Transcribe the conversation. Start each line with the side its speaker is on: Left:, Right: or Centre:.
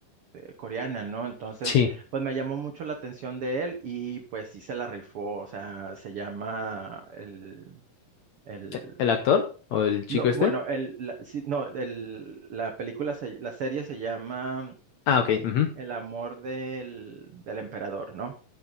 Right: eh, coreana, ¿no? Entonces,
Left: Sí.
Right: pues me llamó mucho la atención de él y pues sí se la rifó, o sea, se llama el... El,
Left: ¿E- ¿El actor o el chico
Right: no,
Left: este?
Right: bueno, el, la, sí, no, el, la película, se- la serie se llama
Left: Ah, ok. ujú,
Right: El amor del, del emperador, ¿no?